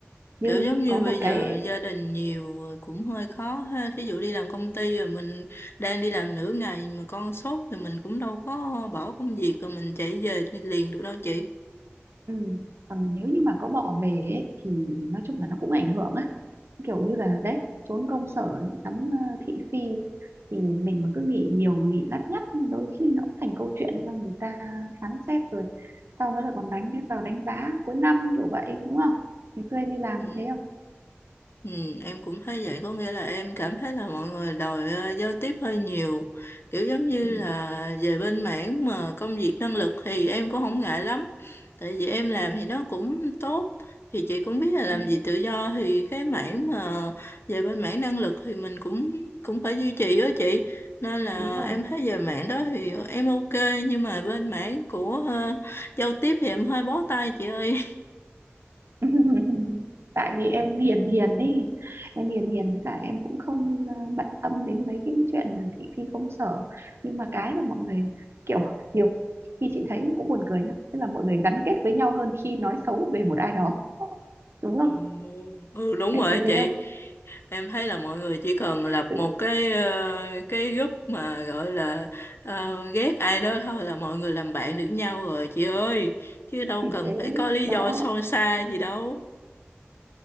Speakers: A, on the right (about 65°); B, on the left (about 60°).
A: nhưng
B: kiểu giống như
A: có một
B: bây giờ
A: cái ấy,
B: gia đình nhiều rồi cũng hơi khó ha thí dụ đi làm công ty rồi mình đang đi làm nửa ngày mà con sốt thì mình cũng đâu có bỏ công việc rồi mình chạy về liền được đâu chị
A: ừ, còn nếu như mà có bỏ về ấy, thì nói chung là nó cũng ảnh hưởng á kiểu như là đấy trốn công sở ngắm ờ, thị phi thì mình mà cứ nghĩ nhiều mà nghĩ lắt nhắt đôi khi nó cũng thành câu chuyện cho người ta phán xét rồi sau đó là còn đánh em vào đánh giá cuối năm kiểu vậy đúng không ngày xưa em đi làm
B: Ừ.
A: có thế không
B: Ừ, em cũng thấy vậy có nghĩa là em cảm thấy là mọi người đòi ờ, giao tiếp hơi nhiều kiểu giống như
A: Ừ.
B: là về bên mảng mà công việc năng lực thì em cũng không ngại lắm tại vì em làm thì nó cũng tốt thì chị cũng biết là làm
A: ừ,
B: gì tự do thì cái mảng mà về bên mảng năng lực thì mình cũng cũng phải duy trì đó chị nên là
A: đúng rồi
B: em thấy về mảng đó thì em ok nhưng mà bên mảng của ờ, giao tiếp thì em hơi bó tay chị ơi
A: <laughs> tại vì em hiền hiền đi em hiền hiền với cả em cũng không ờ, bận tâm đến mấy cái chuyện là thị phi công sở nhưng mà cái mà mọi người kiểu nhiều khi chị thấy cũng buồn cười nhá tức là mọi người gắn kết với nhau hơn khi nói xấu về một ai đó đúng không
B: Ồ, ừ đúng
A: em
B: rồi
A: thấy thế
B: chị
A: không
B: em thấy là mọi người chỉ cần lập
A: Tự-
B: một cái ờ, cái group mà gọi là ờ, ghét ai đó thôi là mọi người làm bạn được nhau rồi chị ơi chứ đâu
A: thì
B: cần
A: thế
B: phải có lý
A: đó
B: do sâu xa gì đâu